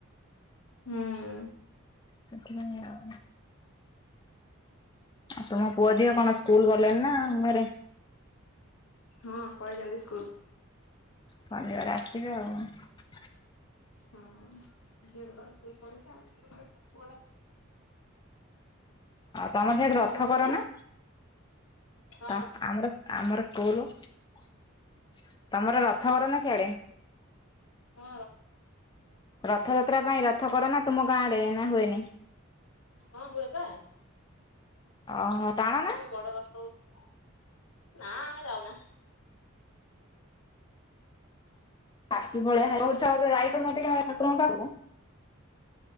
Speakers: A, on the left; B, on the left.
A: ହୁଁ
B: ସେଥିପାଇଁ ଆଉ ଆଉ ତମ ପୁଅ ଝିଅ କଣ ସ୍କୁଲ୍ ଗଲେଣି ନା ଘରେ?
A: ହଁ ପଳେଇଚନ୍ତି ସ୍କୁଲ୍।
B: ଶନିବାର ଆସିବେ ଆଉ
A: ହଁ ଝିଅ ସ୍କୁଲ୍ ପଳେଇଛି <inaudible>
B: ତମର ସେଇଠି ରଥ
A: ତମ ପୁଅ
B: କର
A: ଝିଅ?
B: ନା
A: ହଁ
B: ତ ଆମର ଆମର କଉନୁ ତମର ରଥ କର ନା ସିଆଡେ?
A: କାର?
B: ରଥଯାତ୍ରା ପାଇଁ ରଥ କର ନା ତୁମ ଗାଁରେ ଏନା ହୁଏନି?
A: ହଁ ହୁଏପା।
B: ଓହୋ ଟାଣ ନା
A: ଏଠି ବଡ ରଥ ହଉଛି ନା ଆମେ ଯାଉନା।
B: ପାପି ଭଳିଆ ହେଉଚ ଯାଇପାରୁନା ଟିକେ ଠାକୁର ଙ୍କ ପାଖକୁ